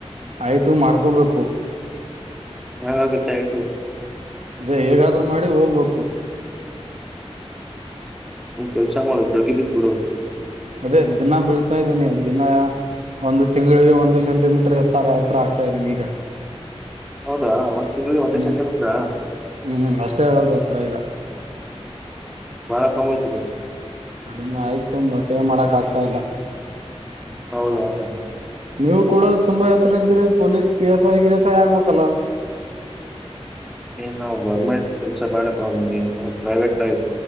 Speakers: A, on the right (about 85°); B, in the centre.
A: ಆಐಟು ಮಾಡ್ಕೋಬೇಕು
B: ಹಾಾಗಚಾರತು
A: ಅದೇ ಹೇಗಾದ್ರರುೂ ಮಾಡಿ ಹೋಗ್ಬೇಕು
B: ಒಫೆಲ್ಸ ಮಾಡ ಜೋಗಿಬಿದ ಗುರು
A: ಅದೇ ದಿನ ಬೀಳ್ತಾ ಇದ್ದೀನಿ ದಿನ ಒಂದು ತಿಂಗಳಿಗೆ ಒಂದು ಸೆಂಟಿಮೀಟರ್ ಹತ್ತರ ಹತ್ರ ಆಗ್ತಾ ಇದ್ದೀನಿ ಈಗ
B: ಹೌದಾ ಒಂದ ತಿಂಗಳಿಗೆ ಒಂದೇ
A: ಹ್ಞೂ
B: ಸೆಂಟಿಮೀಟ್ರ
A: ಹ್ಞೂ ಅಷ್ಟೇ ಹೇಳೋದು ಹತ್ರ ಈಗ
B: ಬಳ ಕಮ್ಮಯ್ತು
A: ಕಡಿಮೆ ಆಯ್ತು ಮೊಟ್ಟೆ ಮಾಡಕ ಆಗ್ತಾ ಇಲ್ಲ
B: ಹೌದು ಆರಾಮ
A: ನೀವು ಕೂಡ ತುಂಬಾ ಹತ್ತರ ಇದ್ರ ಪೊಲೀಸ್ ಪಿ ಎಸ್ ಐಗೆ ಎಸ್ ಐ ಆಗ್ಬೇಕಲ್ಲ
B: ಏನ್ ನಾವು ಗೌರ್ಮೆಂಟ್ ಕೆಲ್ಸ ಬಾಳಪ್ಪ ಮಂಗಗೆ ಪ್ರೈವೇಟ್